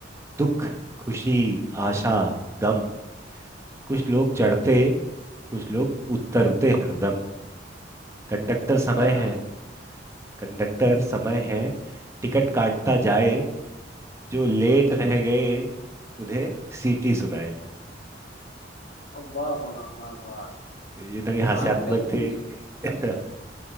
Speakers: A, on the right; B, on the left.
A: दुख खुशी आशा गम कुछ लोग चढ़ते कुछ लोग उतरते हरदम कंडक्टर समय
B: आय हाय
A: है कंडक्टर समय है टिकट काटता जाए जो लेट रह गए उन्हें सीटी सुनाए
B: वाह वाह वाह वाह
A: ये थोड़ी हास्यात्मक
B: आपने
A: थी
B: ये
A: <laughs>